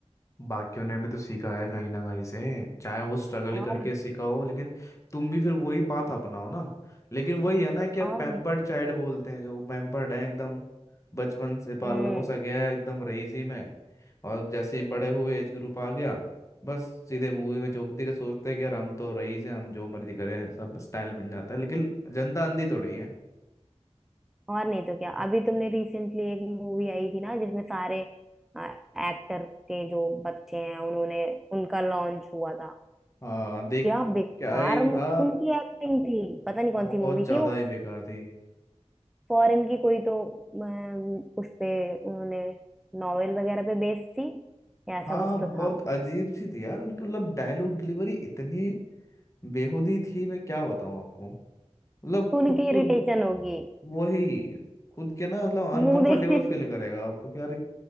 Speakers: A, on the left; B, in the centre.
A: बाकियों ने भी तो सीखा है कहीं ना कहीं से चाहे वो स्ट्रगल
B: और
A: करके सीखा हो लेकिन तुम भी फिर वही बात अपनाओ ना लेकिन वही है ना कि अब
B: और
A: पैम्पर्ड
B: नहीं तो
A: चाइल्ड बोलते हैं जो पैम्पर्ड है एकदम बचपन से पाला
B: हम्म
A: पोसा गया है एकदम रईसी में और जैसे ही बड़े हुए एज ग्रुप आ गया बस सीधे मूवी में चौंक के सोचते हैं कि यार हम तो रईस हैं हम जो मर्जी करें सब स्टाइल बन जाता है लेकिन जनता अंधी थोड़ी है
B: और नहीं तो क्या अभी तुमने रिसेंटली एक मूवी आई थी ना जिसमें सारे एक्टर्स के जो बच्चे हैं उन्होंने उनका लॉन्च हुआ था
A: हाँ देख
B: क्या बेकार
A: क्या ही था
B: उनकी एक्टिंग थी पता नहीं कौन
A: बहुत
B: सी मूवी
A: ज्यादा
B: थी वो
A: ही बेकार थी
B: फॉरेन की कोई तो अम, उस पे उन्होंने नॉवेल वगैरह पे बेस्ड थी या ऐसा
A: हाँ
B: कुछ तो
A: बहुत
B: था
A: अजीब सी थी यार उनकी मतलब डायलॉग डिलीवरी इतनी बेहुदी थी मैं क्या बताऊँ आपको मतलब
B: सुन
A: खुद
B: के इरिटेशन
A: को
B: होगी
A: वही खुद के ना मतलब अनकंफर्टेबल
B: मुंह देखे
A: फील करेगा आपको कि यार